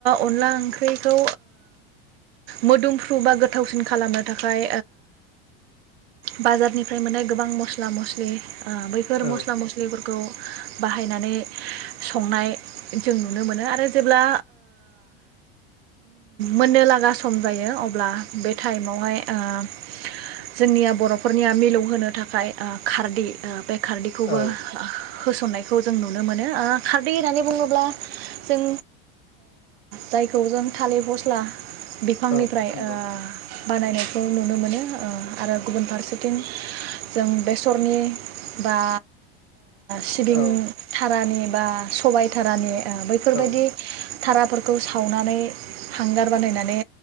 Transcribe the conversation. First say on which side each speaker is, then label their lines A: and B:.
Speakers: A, on the right; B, on the left.
A: अनला ओंख्रिखौ मोदोमफ्रु बा गोथावसिन खालामो। थाखाय बाजारनिफ्राय मोननाय गोबां मस्ला मस्लि बैफोर
B: औ
A: मस्ला मस्लिफोरखौ बाहायनानै संनाय जों नुनो मोनो आरो जेब्ला मोननो लागा सम जायो अब्ला बे टाइमावहाय जोंनिया बर'फोरनिया मिलौहोनो थाखाय खारदै बे खारदैखौबो
B: औ
A: होसननाय खौ जों नुनो मोनो खारदै होननानै बुङोब्ला जों जायखौ जों थालिर फस्ला बिफांनिफ्राय
B: औ नंगौ
A: बानायनाय खौ नुनो मोनो आरो गुबुन फारसेथिं जों बेसरनि बा सिबिं
B: औ
A: थारानि बा सबायधारानि बैफोरबायदि
B: औ
A: थाराफोरखौ सावनानै हांगार बानायनानै